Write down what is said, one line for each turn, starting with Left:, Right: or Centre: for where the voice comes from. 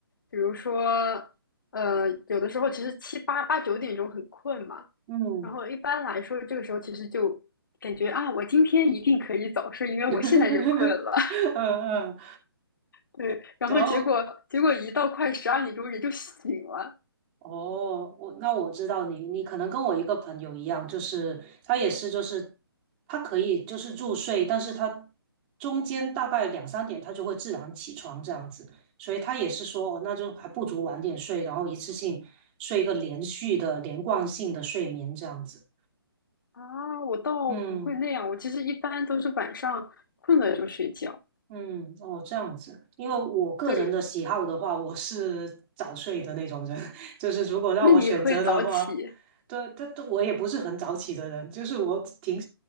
Left: 比如说呃有的时候其实七八八九点钟很困嘛，
Right: 嗯
Left: 然后一般来说这个时候其实就感觉啊，我今天一定可以早睡，因为我现在就困了。
Right: <laughs>
Left: <laughs>
Right: 嗯嗯，
Left: 对，然后结果结果一到快十二点钟人就醒了
Right: 然后哦，我那我知道你，你可能跟我一个朋友一样，就是他也是，就是他可以就是入睡，但是他中间大概两三点他就会自然起床这样子，所以他也是说，哦，那就还不如晚点睡，然后一次性睡一个连续的连贯性的睡眠这样子。
Left: 啊！我倒不会那样，
Right: 嗯
Left: 我其实一般都是晚上困了就睡觉。
Right: 嗯，哦，这样子，因为我个人的喜好的话，
Left: 对，
Right: 我是早睡的那种人，<laughs> 就是如果让我选择的话，
Left: 那你会早起？
Right: 对，但但我也不是很早起的人，就是我挺，